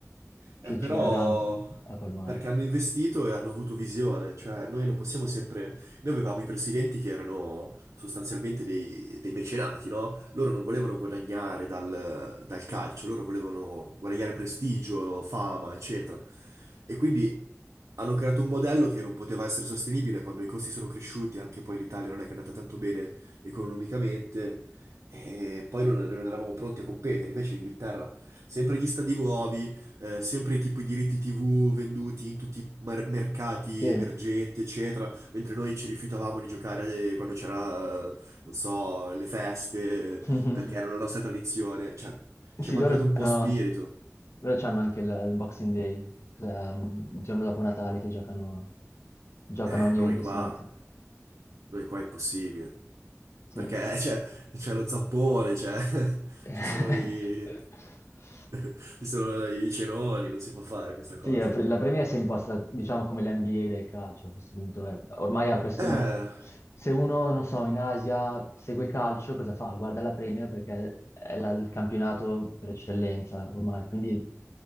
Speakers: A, on the left; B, on the right.
A: che
B: Eh, però
A: ci vorrà tanto a colmare.
B: perché hanno investito e hanno avuto visione, cioè noi non possiamo sempre... Noi avevamo i presidenti che erano sostanzialmente dei, dei mecenati, no? Loro non volevano guadagnare dal, dal calcio, loro volevano guadagnare prestigio, fama, eccetera. E quindi hanno creato un modello che non poteva essere sostenibile quando i costi sono cresciuti, anche poi l'Italia non è che è andata tanto bene economicamente, e poi non non eravamo pronti a competere, invece l'Inghilterra sempre gli stadi nuovi eh, sempre tipo i diritti TV venduti in tutti i mar- mercati
A: Sì.
B: emergenti, eccetera, mentre noi ci rifiutavamo di giocare eh, quando c'era, eh, non so, le feste,
A: <laughs>
B: eh, perché era la nostra tradizione. Cioè, ci
A: Sì,
B: è mancato
A: loro
B: un
A: giocano,
B: po' spirito.
A: loro c'hanno anche il, il Boxing Day, cioè, um, il giorno dopo Natale che giocano, giocano
B: Eh,
A: ogni
B: noi
A: 26.
B: qua, noi qua è impossibile.
A: Sì.
B: Perché
A: Sì.
B: eh, c'è c'è lo zampone, c'è, <laughs>
A: <laughs>
B: ci sono i, <laughs> ci sono i cenoni, non si può fare questa cosa
A: Sì, la,
B: da
A: pre-
B: noi.
A: la Premier si è impostata, diciamo, come l'NBA del calcio a questo punto. È. Ormai ha questo
B: Eh...
A: nome. Se uno, non so, in Asia segue calcio, cosa fa? Guarda la Premier perché è la- il campionato per eccellenza ormai. Quindi